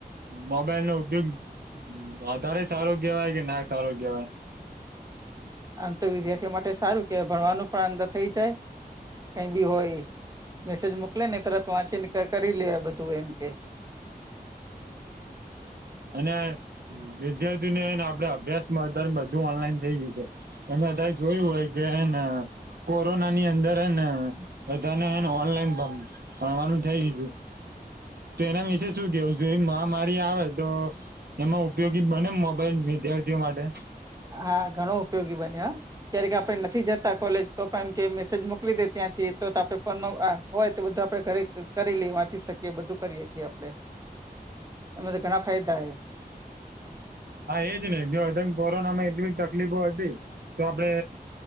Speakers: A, on the right; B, on the right.
A: મોબાઇલનો ઉપયોગ વધારે સારો કેવાય કે ના કેવાયે
B: આમ તો વિદ્યાર્થીઓ માટે સારુ કહેવાય ભણવાનું પણ આમ તો થયે જાય કંઈ પણ હોયે મેસેજ મોકલેને તરત વાંચી ને કરી લે બધું એમ કે
A: અને વિદ્યાર્થી ને આપણા અભ્યાસ આધાર બધું ઓનલાઈન થઈ ગયું છે. તમે અત્યારે જોયું જ હેને કોરોના ની અંદર ને બધાને ઓનલાઈન આમ ભણવાનું થઈ ગયું હતું તેના વિશે સુ કહેવું છે મહામારી આવે તો એમા ઉપયોગી બને વિદ્યાર્થીઓ માટે
B: હા, ઘણો ઉપયોગી બને હ ક્યારેક આપણે નથી જતા કોલેજ તો પણ કે મેસેજ મોકલી દે ત્યાંથી તો આપણે ફોન નો હોયે તો આપણે બધું ઘરે કરી લિયે વાચી શકીયે બધું કરી હકીયે હા, તેમાં તો ઘણા ફાયદા છે.
A: હા, એ જ ને કોરોના દરમિયાન ઘણી તકલીફો હતી તો આપણે